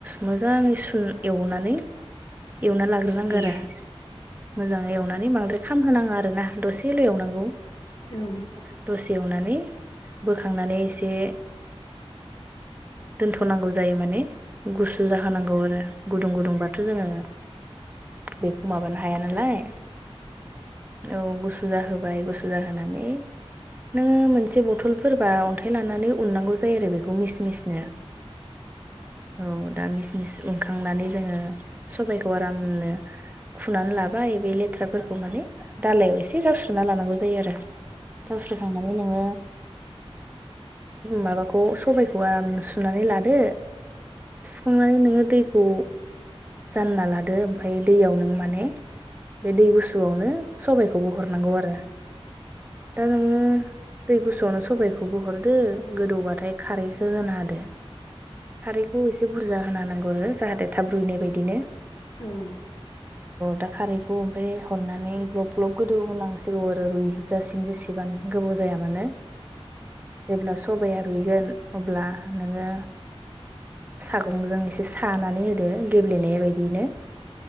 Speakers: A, on the right (about 15°); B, on the left (about 45°).
A: मोजाङै स एवनानै एवना लाग्रोनांगौ
B: औ
A: आरो मोजाङै एवनानै बांद्राय खामहोनाङा आरोना दसेल' एवनांगौ
B: दा आंथ'
A: दसे। सेवनानै बोखांनानै एसे। दोनथ'नांगौ जायो माने गुसु जाहोनांगौ आरो गुदुं गुदुं बा थ' जोङो बेखौ माबानो हाया नालाय। औ गुसु जाहोबाय गुसु जाहानै नोङो मोनसे बथलफोरबा अन्थाइ लानानै उननांगौ जायो आरो बे खौ मिस मिसनो औ। दा मिस मिस उनखांनानै जोङो सबाइखौ आरामनो खुनानै लाबाय बे लेथ खाथ्राफोरखौ माने दालायाव एसे जावस्रना लानांगौ जायो आरो जावस्रखांनानै नोङो माबाखौ सबायखौ आराम सुनानै लादो। सुखांनानै नोङो दै खौ जानना लादो ओमफ्राय दैयाव नों माने बे दै गुसुआवनो सबबायखौबो हरनांगौ आरो। दा नोङो दै गुसुआवनो सबायखौ बहरदो गोदौबा थाय खारैखौ होना होदो खारैखौ एसे बुरजा होना नांगौ आरो जाहाथे थाब रुनाय बायदिनो।
B: औ
A: दा खारैखौ ओमफफ्राय हरनानै ग्लब ग्लब गोदौ होनांसिगौ आरो रुइजासिम जेसेबां गोबाव जाया मानो जेब्ला सबाया रुइगोन अब्ला नोङो सागंजों एसे सानानै होदो गेब्लेनाय बायदिनो।